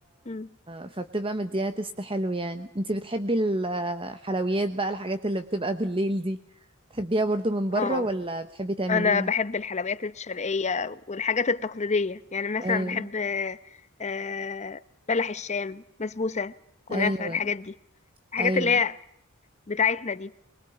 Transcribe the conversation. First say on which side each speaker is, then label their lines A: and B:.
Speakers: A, on the left; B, on the right.
A: امم
B: فبتبقى مديها تست حلو يعني انتي بتحبي الحلويات بقى الحاجات اللي بتبقى بالليل دي بتحبيها برضو من بره
A: اه
B: ولا بتحبي تعمليها
A: انا بحب الحلويات الشرقيه والحاجات التقليديه يعني مثلا
B: ايوه
A: بحب آه، بلح الشام بسبوسه كنافه
B: ايوه
A: الحاجات دي الحاجات
B: ايوه
A: اللي هي بتاعتنا دي